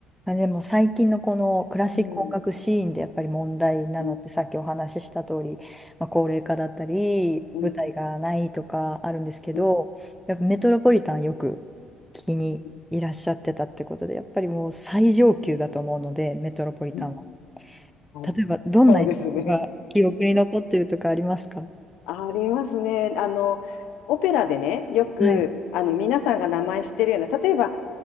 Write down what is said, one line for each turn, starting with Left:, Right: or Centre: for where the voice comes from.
Centre: あ、でも最近のこのクラシック音楽シーンでやっぱり問題なのってさっきお話しした通り、
Left: うん、うん、
Centre: まあ、高齢化だったり舞台がないとかあるんですけどやっぱメトロポリタンよく
Left: うん、うん、
Centre: 聞きにいらっしゃってたってことでやっぱりもう最上級だと思うのでメトロポリタンは
Left: うん、はい。
Centre: 例えばどんな演奏が記憶に残ってるとかありますか
Left: そうですね。ありますね。あの、オペラでね、よく、
Centre: はい
Left: あの、皆さんが名前知ってるような、例えば、